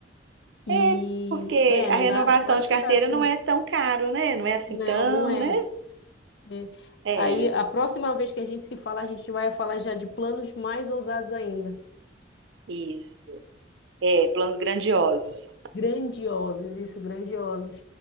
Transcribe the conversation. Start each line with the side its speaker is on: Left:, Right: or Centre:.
Left: E
Right: É, porque
Left: é,
Right: a
Left: não
Right: renovação
Left: dá? Eu acho
Right: de carteira
Left: que dá sim.
Right: não é tão caro, né? Não é assim
Left: Não,
Right: tão,
Left: não é.
Right: né?
Left: né?
Right: É,
Left: Aí a próxima vez que a gente se falar, a gente vai falar já de planos mais ousados ainda.
Right: isso. É, planos grandiosos.
Left: Grandiosos, isso, grandiosos.